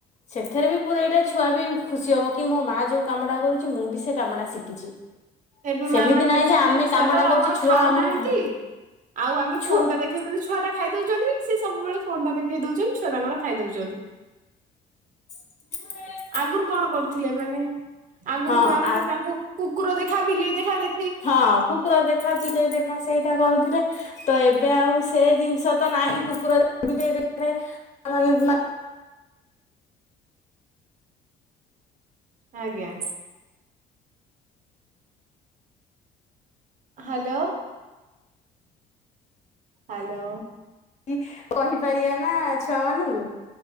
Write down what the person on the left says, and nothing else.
ସେଥିରେ ବି ପୁରେଇଲେ ଛୁଆ ବି ଖୁସି ହବ କି ମୋ ମାଆ ଯୋଉ କାମଟା କରୁଛି ମୁଁ ବି ସେ କାମଟା ଶିଖିଛି।
ସେମିତି
ନାହିଁ
ଯେ ଆମେ
କାମଟା
କରୁଛେ ଛୁଆ
ଆମକୁ
ହ
ଛୁ
ଏଁ।
ହଁ
ଆ
ହଁ କୁକୁର ଦେଖା ବିଲେଇ ଦେଖା ସେଇଟା କରୁଥିଲେ। ତ ଏବେ ଆଉ ସେ ଜିନିଷ ତ ନାହିଁ କୁକୁର ଦେଖା ବିଲେଇ ଦେଖା ମାନେ ମା
କି କହିପାରିବା ନା ଛୁଆ ମାନଙ୍କୁ